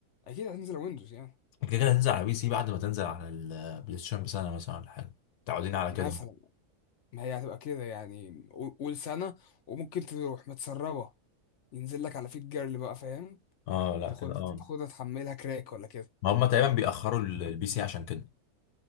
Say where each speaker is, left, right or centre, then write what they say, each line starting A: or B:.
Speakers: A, on the left (about 60°); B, on the left (about 85°).
A: أكيد هتنزل على ويندوز يعني
B: كده كده هتنزل على بي سي بعد ما تنزل على البلاي ستيشن بسنه مثلا ولا حاجه متعودين على كده
A: مثلا ما هي هتبقى كده يعني قول قول سنة وممكن تروح متسربة ينزل لك على فيت جيرل بقى فاهم
B: اه لا
A: تاخدها
B: كده اه
A: تاخدها تحملها كراك ولا كده
B: ما هم تقريبا بيأخروا ال- البي سي عشان كده